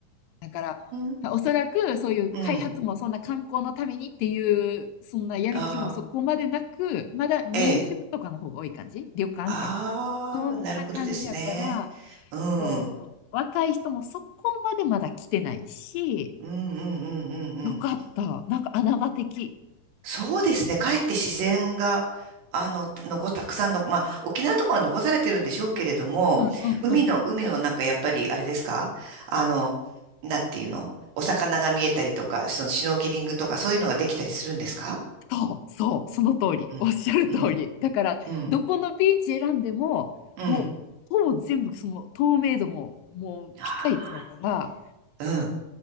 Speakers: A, on the left; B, on the right.
A: だから、
B: ん、
A: おそらくそういう開発もそんな観光のためにっていう、
B: うん。
A: そんなやる気もそこまでなく、
B: ああ、
A: まだ民宿とかの方が多い感じ旅館か。
B: ええ。ああ、
A: そんな感じやから、
B: なるほどですね。うん、
A: こう、
B: うん、
A: 若い人もそこまでまだ来てないし、
B: うん、うん、うん、
A: よかった。
B: うん。
A: なんか穴場的。
B: そうですね。かえって自然が、あの、残、たくさんの、まあ、沖縄とかは残されてるんでしょうけれども、
A: うんうん。
B: 海の、海のなんかやっぱり、あれですかあの、なんていうのお魚が見えたりとか、そのシュノーケリングとか、そういうのができたりするんですか
A: そう、そう、その通り。
B: うん、
A: おっしゃる通り。
B: うん、
A: だから、
B: うん、
A: どこのビーチ選んでも、
B: うん。
A: もう、ほぼ全部その透明度も、もうピカイチやから、
B: あー、うん。